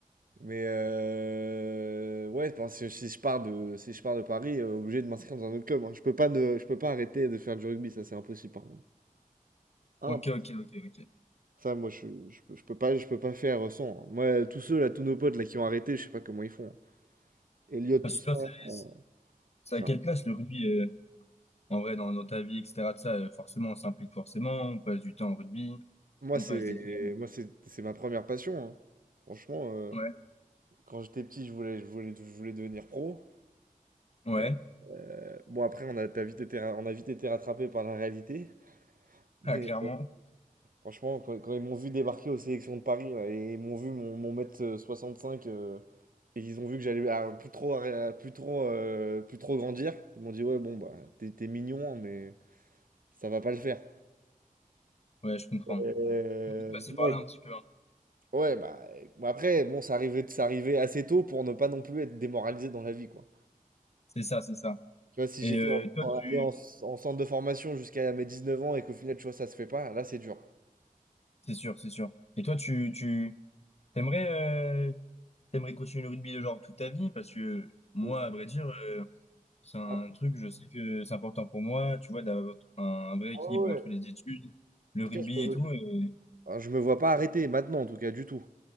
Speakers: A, on the right; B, on the left.
A: Mais euh, ouais, enfin, si, si je pars de, si je pars de Paris, euh, obligé de m'inscrire dans un autre club. hein. Je peux pas, ne- je peux pas arrêter de faire du rugby, ça c'est impossible par contre.
B: Ok, ok, ok, ok.
A: Ça, moi, je, je, peux je peux pas, je peux pas faire sans. hein. Moi, tous ceux, là, tous nos potes, là, qui ont arrêté, je sais pas comment ils font. hein. Elliot, tout
B: Parce
A: ça.
B: que toi, c'est
A: euh,
B: c'est
A: ça.
B: à quelle place le rugby? euh, En vrai, dans, dans ta vie, etc., de ça, euh, forcément, on s'implique forcément, on passe du temps au rugby,
A: Moi,
B: on
A: c'est,
B: passe des heures.
A: moi, c'est, c'est ma première passion. hein. Franchement, euh,
B: Ouais,
A: quand j'étais petit, je voulais, je voulais, je voulais devenir pro.
B: ouais,
A: Euh, euh, bon, après, on a, t'as vite été, ra- on a vite été rattrapé par la réalité. Mais
B: <laughs> ah, clairement.
A: Franchement, quand, quand ils m'ont vu débarquer aux sélections de Paris là, et ils m'ont vu mon, mon mètre euh, cinq euh, et ils ont vu que j'allais à- plus trop, à- plus trop, euh, plus trop grandir, ils m'ont dit ouais bon bah t'es t'es mignon hein, mais ça va pas le faire.
B: Ouais, je comprends.
A: Euh,
B: Faut Passer par
A: ouais,
B: là un petit peu. hein.
A: ouais, bah bon, après bon ça arrivait, ça arrivait assez tôt pour ne pas non plus être démoralisé dans la vie quoi.
B: C'est ça, c'est ça.
A: Tu vois si
B: Et
A: j'étais
B: euh, toi,
A: en-
B: tu...
A: allé en, en centre de formation jusqu'à mes 19 ans et qu'au final tu vois ça se fait pas, là c'est dur.
B: C'est sûr, c'est sûr. Et toi, tu, tu... T'aimerais, euh, t'aimerais continuer le rugby, genre, toute ta vie? Parce que euh, moi,
A: Ou-
B: à vrai dire, euh, c'est un
A: Ah,
B: truc, je sais que c'est important pour moi, tu vois, d'avoir un, un vrai
A: ah
B: équilibre
A: ouais.
B: entre
A: ouais.
B: les
A: En
B: études, le
A: tout
B: rugby
A: cas je, me-
B: et tout. Et...
A: je me vois pas arrêter maintenant en tout cas du tout.